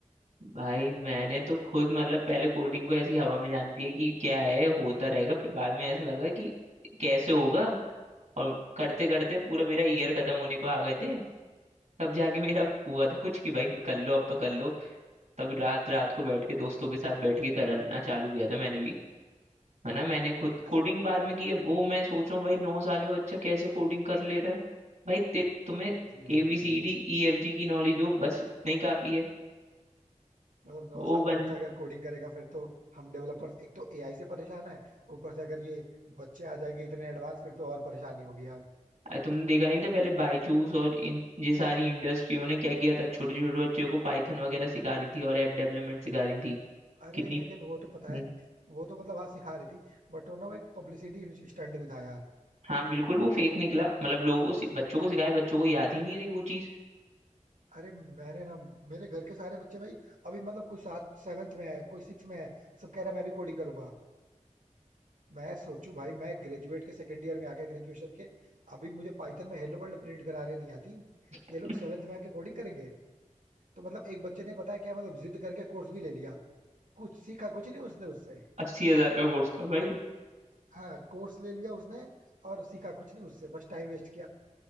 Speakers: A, on the right (about 60°); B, on the right (about 85°).
A: भाई मैंने तो खुद मतलब पहले कोडिंग को ऐसी हवा में जाने दिया कि क्या है होता रहेगा फिर बाद में ऐसा लगा कि कैसे होगा और करते करते पूरा मेरा ईयर खत्म होने को आ गए थे तब जाके मेरा हुआ था कुछ कि भाई कर लो अब तो कर लो तब रात रात को बैठ के दोस्तों के साथ बैठ के करना चालू किया था मैंने भी है ना मैंने खुद
B: अच्छा
A: कोडिंग बाद में की है वो मैं सोच रहा हूँ भाई नौ साल का बच्चा कैसे कोडिंग कर ले रहा है भाई ते, तुम्हें
B: ये
A: A
B: बात
A: B
B: तो
A: C
B: है यार
A: D E F G की नॉलेज हो बस नहीं काफी है
B: मतलब नौ
A: वो
B: साल का
A: बन
B: बच्चा अगर कोडिंग करेगा फिर तो हम डेवलपर्स एक तो एआई से परेशान है ऊपर से अगर ये बच्चे आ जाएंगे इतने एडवांस फिर तो और परेशानी होगी
A: अरे तुमने देखा नहीं था पहले बायजूस और इन ये सारी इंडस्ट्रियों ने क्या किया था छोटे छोटे बच्चों को पाइथन वगैरह सिखा रही थी और ऐप डेवलपमेंट सिखा रही थी
B: अरे
A: कितनी
B: लेकिन वो तो
A: हम्म,
B: पता है वो तो मतलब हाँ सिखा रही थी बट वो ना वो एक पब्लिसिटी स्टंट भी था यार
A: हाँ बिल्कुल वो फेक निकला मतलब लोगों को सि- बच्चों को सिखाया बच्चों को याद ही नहीं रही वो चीज
B: अरे मैंने ना मेरे घर के सारे बच्चे भाई अभी मतलब कोई सात सेवेंथ में है कोई सिक्स में है सब कह रहा है मैं भी कोडिंग करूंगा मैं सोचू भाई मैं ग्रेजुएट के सेकंड ईयर में आके ग्रेजुएशन के अभी मुझे पाइथन में हेलो वर्ल्ड प्रिंट करा रही नहीं आती
A: <laughs>
B: ये लोग सेवेंथ में आके कोडिंग करेंगे तो मतलब एक बच्चे ने पता है क्या मतलब जिद करके कोर्स भी ले लिया कुछ सीखा कुछ नहीं उसने उससे
A: अस्सी हजार का कोर्स था भाई
B: हाँ कोर्स ले लिया उसने और सीखा कुछ नहीं उससे बस टाइम वेस्ट